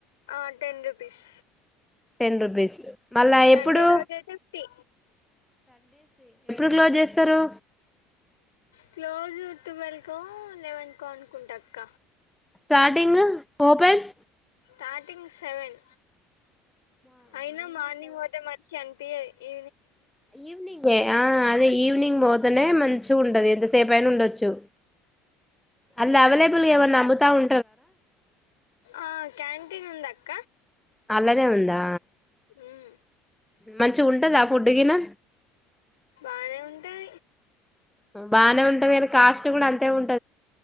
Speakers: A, on the left; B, in the centre.
A: ఆ టెన్ రూపీస్
B: టెన్ రూపీస్ మళ్ళా
A: సండే
B: ఎప్పుడు
A: రాజతే ఫ్రీ
B: ఎట్లా చేస్తారు
A: క్లోజ్ ట్వెల్వ్కో లెవెన్ కో అనుకుంటాక్క
B: స్టార్టింగ్ ఓపెన్
A: స్టార్టింగ్ సెవెన్ అయినా మార్నింగ్ పోతే మనిషి ఎంత పిఐ ఈ
B: ఈవెనింగ్యే ఆ అదే ఈవ్ నింగ్ మోదనే మంచిగుంటాది రేపైనుండొచ్చు అది అవైలబుల్ గా ఏమన్నా నమ్ముతా ఉ
A: ఆ క్యాంటీన్ ఉందక్
B: అలాగే ఉందా
A: ఉమ్
B: మంచి గుంటదా ఫుడ్ గినా
A: బానే ఉంటది
B: బానే ఉంటది కానీ కాస్ట్ గుడా అంతే ఉంటది